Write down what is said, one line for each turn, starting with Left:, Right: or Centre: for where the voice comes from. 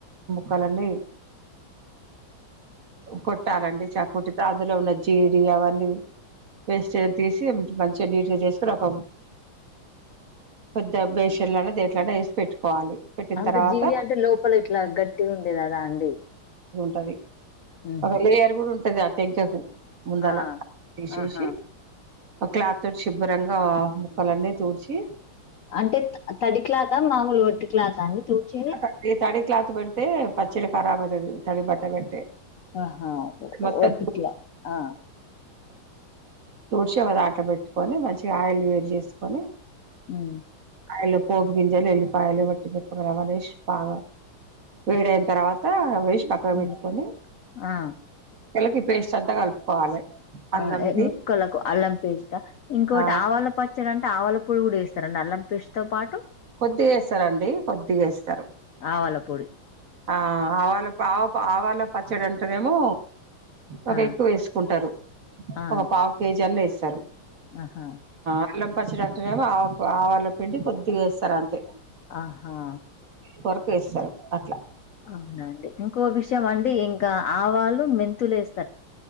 Right: కాలండి కొట్టాలండి చాక్ తో అందులో ఉన్న జీడి అవన్నీ వేస్ట్ తీసి మంచిగా నీట్గా చేసుకొని ఒక పెద్ద బేషన్లనా దేట్లనే వేసి పెట్టుకోవాలి పెట్టిన
Left: అంటే
Right: తర్వాత
Left: జీడి అంటే లోపల ఇట్లా గట్టిగా ఉండేది కదా అండి
Right: సది
Left: ఉహు.
Right: ఒక లేయర్ కూడా ఉంటద తెంచకు ముందలా
Left: ఆ
Right: తీసేసి
Left: ఆహా
Right: ఒక క్లాత్ తోటి శుభ్రంగా ముక్కలన్నీ తుడ్చి
Left: అంటే తడి క్లాత మామూలు ఒట్టి క్లాత తూర్చేది
Right: తడి తడి క్లాత్ పెడితే పచ్చడి కరాబ్ అవుతుంది తడి బట్ట పెడితే
Left: ఆహా
Right: మొత్తం
Left: ఒట్టి ఇట్లాఆ
Right: తుడిచి ఒక దాంట్లోపెట్టుకొని మంచి ఆయిల్ వేడి చేసుకొని
Left: ఉమ్
Right: ఆయిల్ పోపు గింజలు ఎల్లిపాయలు ఆవాలేసి బాగా వేడ అయిన తర్వాత వేసి చక్క గా
Left: హ్మ్.
Right: పెట్టుకని
Left: ఆ
Right: <unintelligible> పేస్ట్ అంతా కలుపుకోవాలి అల్లంది
Left: ఆ ముక్కలకు అల్లం పేస్ట ఇంకోకటి
Right: ఆ
Left: ఆవాల పచ్చడి అంటే ఆవళ పుడిగు కూడా వేస్తారుా అల్లం పేస్ట్ తో పాటు
Right: కొద్దిగా వేస్తారండి కొద్దిగా వేస్తారు
Left: ఆవాల పొడి
Right: ఆ ఆవాళ్ళ ఆ ఆవాళ్ళ పచ్చడి అంటనేేమో ఒక
Left: ఆ
Right: ఎక్కువ వేసుకుంటారు
Left: ఆ
Right: ఒక పావు కేజీ అన్న వేస్త స్తారు
Left: ఆహా
Right: అల్లం పచ్చిడి అంటనేమో ఆ ఆవల పిండి కొద్దిగా వేస్తారు అంతే
Left: ఆహా
Right: కొరకు వేస్తారు అట్లా
Left: అవునండి ఇంకో విషయం అండి ఇంకా ఆవాళ్ళు మెంతులే వేస్త